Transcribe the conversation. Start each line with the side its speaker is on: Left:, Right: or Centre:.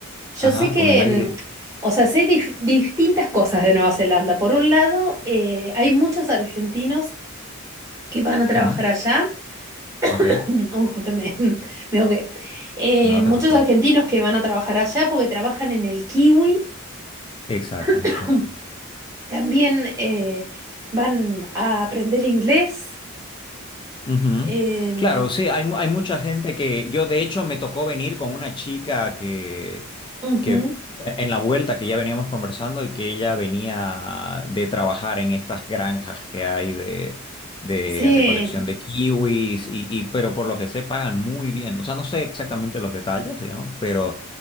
Right: Yo
Left: ajá,
Right: sé que,
Left: con el aire.
Right: mm, o sea, sé dif- distintas cosas de Nueva Zelanda. Por un lado, eh, hay muchos argentinos que van a
Left: Ujú,
Right: trabajar allá.
Left: Ok,
Right: <clears throat> Uy, justo me, <laughs> me ahogué. Eh,
Left: no
Right: muchos
Left: te preocupes.
Right: argentinos que van a trabajar allá porque trabajan en el Kiwi.
Left: Exacto,
Right: <clears throat>
Left: sí.
Right: También eh, van a aprender inglés.
Left: Ujú.
Right: Em,
Left: Claro, sí, hay, mu- hay mucha gente que yo de hecho me tocó venir con una chica que,
Right: ujú.
Left: que e, en la vuelta que ya veníamos conversando y que ella venía de trabajar en estas granjas que hay de, de
Right: Sí,
Left: recolección de kiwis y, y- pero por lo que sé pagan muy bien. O sea, no sé exactamente los detalles, digamos, pero